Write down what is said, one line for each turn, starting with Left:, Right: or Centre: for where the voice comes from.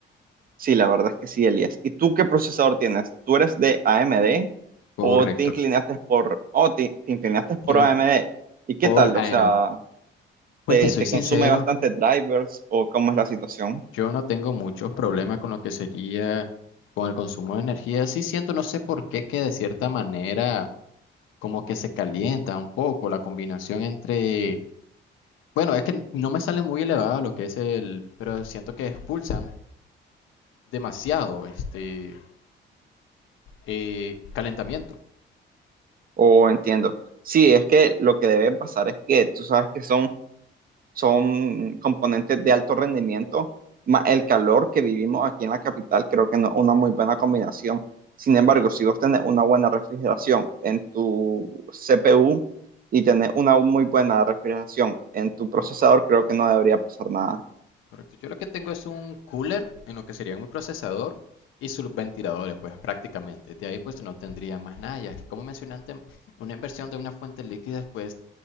Right: Sí, la verdad es que sí, Elías. ¿Y tú qué procesador tienes? ¿Tú eres de AMD
Left: Correcto.
Right: o te inclinaste por, o te, te inclinaste
Left: Claro,
Right: por AMD?
Left: Por,
Right: ¿Y qué
Left: por
Right: tal? O
Left: AM.
Right: sea,
Left: Pues
Right: ¿te,
Left: te soy
Right: te
Left: sincero,
Right: consume bastante drivers o cómo es la situación?
Left: yo no tengo muchos problemas con lo que sería con el consumo de energía. Sí siento, no sé por qué, que de cierta manera como que se calienta un poco la combinación entre... Bueno, es que no me sale muy elevado lo que es el, pero siento que expulsan. demasiado este eh, calentamiento.
Right: O entiendo. Sí, es que lo que debe pasar es que tú sabes que son, son componentes de alto rendimiento, más el calor que vivimos aquí en la capital, creo que no es una muy buena combinación. Sin embargo, si vos tenés una buena refrigeración en tu CPU y tenés una muy buena refrigeración en tu procesador, creo que no debería pasar nada.
Left: Correcto. Yo lo que tengo es un cooler en lo que sería mi procesador y sus ventiladores, pues prácticamente. De ahí pues no tendría más nada. Ya como mencioné antes, una inversión de una fuente líquida pues